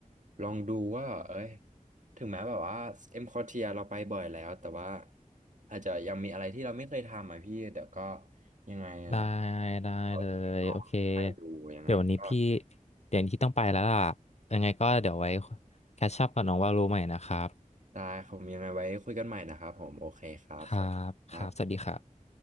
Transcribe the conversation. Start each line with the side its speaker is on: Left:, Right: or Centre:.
Right: ลองดูว่าเอ้ยถึงแม้แบบว่าเอ็มคอเทียเราไปบ่อยแล้วแต่ว่าอาจจะยังมีอะไรที่เราไม่เคยทำอ่ะพี่เดี๋ยวก็ยังไงอ่ะ
Left: ได้ได้เลยโอเค
Right: ขอลองไปดูยังไงก็
Left: เดี๋ยววันนี้พี่เดี๋ยวที่ต้องไปแล้วล่ะยังไงก็เดี๋ยวไว้แคชชัพกับน้องว่ารู้ใหม่นะครับ
Right: ได้ผมยังไงไว้คุยกันใหม่นะครับผมโอเคครับสวัสดีครับ
Left: ครับครับสวัสดีครับ